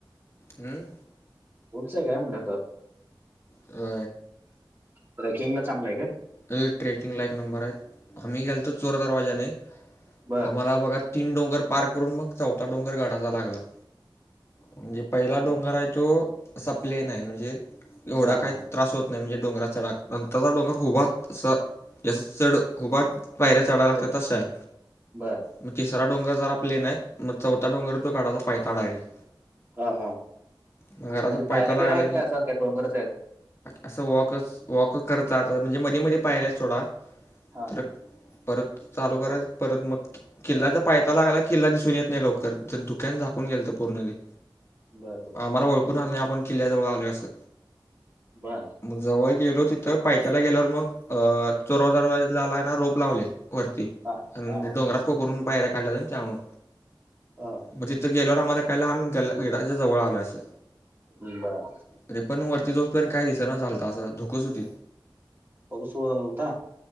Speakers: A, on the left; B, on the right.
A: हम्म
B: उचय काय <inaudible>
A: अ
B: ट्रेकिंग ला चांगलं आहे का
A: अ ट्रेकिंग ला एक नंबर आहे हमही गेलेतो चोर दरवाजाने
B: बर
A: आम्हाला बघा तीन डोंगर पार्क करून मग चौथा डोंगर गडाचा लागला म्हणजे पहिला
B: हम्म.
A: डोंगर आहे तो असा प्लेन आहे म्हणजे एवढा
B: हा
A: काय
B: हा हा
A: त्रास होत नाही म्हणजे डोंगराचा नंतर डोंगरच सं च उबाट पायऱ्या
B: ओके.
A: चढायला लागतात तशा आहे
B: बर
A: म्हग तिसरा डोंगर जरा प्लेन आहे मग चौथा डोंगर तो काढायचा पाहता डायरेक्ट
B: हा हा
A: मग
B: असं
A: घराचा
B: म्हणजे
A: पायथा
B: पायऱ्या
A: लागला
B: बियर्या
A: की
B: काय असं काय डोंगर
A: असं वॉकच वॉक करत जातात म्हणजे मध्ये म पायऱ्यात सोडा
B: हा
A: तर
B: हा
A: परत चालू करायच परत मग किल्लाचा पायथा लागाला किल्ला दिसून येत नाइ लवकर ज धुक्यान झाकून गेलत पूर्ण ते
B: बर बर
A: आम्हाला ओळखून
B: पण-
A: आलं नाइ आपण किल्ल्या जवळ आलो असं
B: बर
A: जवळ गेलो तिथं पायथ्याला गेल्यावर मग अ चोर दरवाजला ना रोप लावलेत वरती
B: हा
A: आणि
B: हा हा
A: डोंगरात कोकरून पायऱ्या काढल्यात त्यामुळं
B: हा.
A: म तिथं गेल्यावर आम्हाला काळाल आम्ही गडा गेडाच्या जवळ आलो असं
B: हम्म् बर.
A: तरी पण वरती जाऊस पर्यंत काय दिसना झालत असं धुकच होती
B: पाऊस <unintelligible> होता.